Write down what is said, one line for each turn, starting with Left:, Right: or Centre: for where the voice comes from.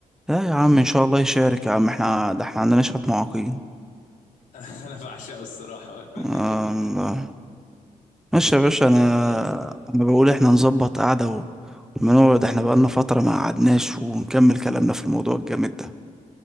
Centre: لا يا عم ان شاء الله يشارك يا عم احنا ده احنا عندنا شوية معاقين
Left: <laughs> انا بعشقه الصراحه واتمنى
Centre: آه
Left: كده
Centre: الله. ماشي يا باشا انا
Left: خلاص
Centre: انا بقول احنا نظبط قعدة و- ونقعد احنا بقالنا فترة ما قعدناش ونكمل كلامنا في الموضوع الجامد ده